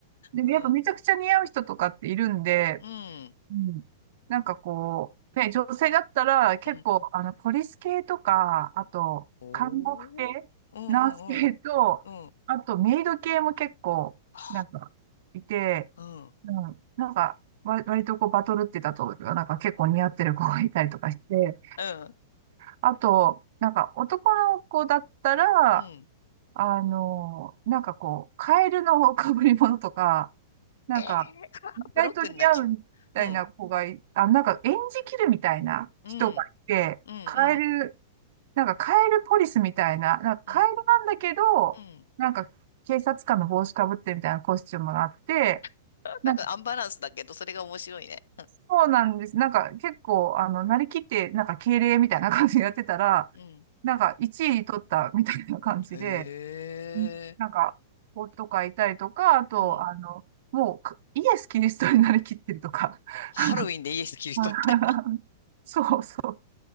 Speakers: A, on the right; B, on the left.
A: で、
B: うん。
A: やっぱめちゃくちゃ似合う人とかっているんで、
B: うん。
A: うん。なんかこう、ね、女性だったら結構、
B: うん。
A: あの、ポリス系とか、あと、
B: お
A: 看護婦系、
B: お。うん、
A: ナース系と、
B: うん、うん。うん。
A: あと、メイド系も結構、
B: は
A: なんか、いて、
B: あうん。
A: うん。なんか、わ割とこう、バトルってたと、なんか結構似合ってる子がいたりとかして、
B: うん。
A: あと、なんか、男の子だったら、
B: うん。
A: あの、なんかこう、カエルの被り物とか、なんか、
B: ええー、<laughs>
A: 意外と似合うみたいな子がい、
B: ブロックになっちゃう。うん。
A: あ、なんか演じきるみたいな人がいて、
B: うん。うん。うん。
A: カエル、なんかカエルポリスみたいな、なんかカエルなんだけど、
B: うん。うん。
A: なんか警察官の帽子かぶってみたいなコスチュームがあって、
B: <laughs>
A: なんか
B: なんかアンバランスだけど、それが面白いね。
A: そうなんです。なんか結構、あの、なりきって、なんか敬礼みたいな感じでやってたら、
B: うん。
A: なんか1位取ったみたいな感じで、
B: へえ。
A: うんなんか、子とかいたりとか、あと、
B: うん。
A: あの、もうかイエス・キリストになりきってるとか。
B: ハロウィンでイエス・
A: <laughs>
B: キリストみたい
A: はい <laughs> そうそう。